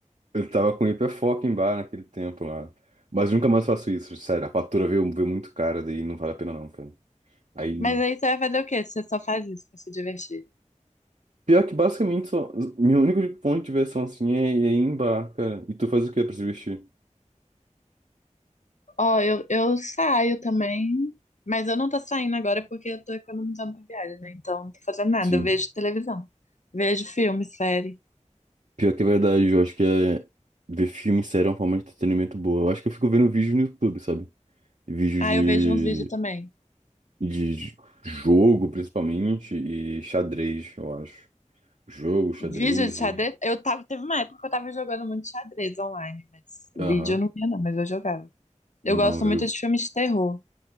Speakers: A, on the right; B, on the left.
A: Eu tava com hiperfoco em bar naquele tempo lá. Mas nunca mais faço isso, sério. A fatura veio, veio muito cara, daí não vale a pena não, cara. Aí.
B: Mas aí você vai fazer o quê? Você só faz isso pra se divertir.
A: Pior que basicamente só. Meu único ponto de diversão assim é, é ir em bar, cara. E tu faz o quê pra se vestir?
B: Ó, eu, eu saio também, mas eu não tô saindo agora porque eu tô economizando pra viagem, né? Então não tô fazendo nada.
A: Sim.
B: Eu vejo televisão, vejo filme, série.
A: Pior que é verdade, eu acho que é... ver filme e série é uma forma de entretenimento boa. Eu acho que eu fico vendo vídeo no YouTube, sabe? Vídeos
B: Ah,
A: de...
B: eu vejo uns vídeos também.
A: de j- Jogo, principalmente, e xadrez, eu acho. Jogo,
B: Vídeo
A: xadrez
B: de xadrez?
A: e.
B: Eu tava, teve uma época que eu tava jogando muito xadrez online, mas vídeo
A: Aham.
B: eu não via, não, mas eu jogava. Eu
A: Não,
B: gosto
A: vejo.
B: muito de filmes de terror.